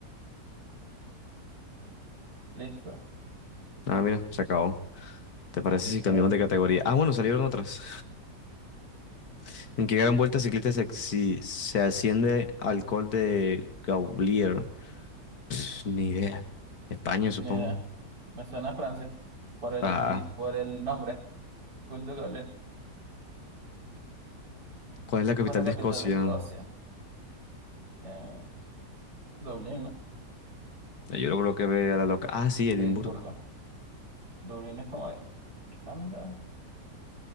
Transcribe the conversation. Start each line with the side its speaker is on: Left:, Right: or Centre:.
Right: Listo.
Left: Ah, mira, se acabó. ¿Te parece si cambiamos
Right: Eh,
Left: de categoría? Ah, bueno, salieron otras. <laughs> ¿En qué gran vuelta ciclista se, si- se asciende al Col de Gaulier? Pff, ni idea. España, supongo.
Right: ni idea. Me suena a Francia por el,
Left: Ah,
Right: y, por el nombre. Cool de Gaulle.
Left: ¿cuál es la capital
Right: ¿Cuál es la
Left: de
Right: capital
Left: Escocia?
Right: de Escocia? Eh, Dublín, ¿no?
Left: Eh, Yo creo que ve a la loca. Ah, sí, Edimburgo.
Right: Edimburgo. Dublín es como de Irlanda.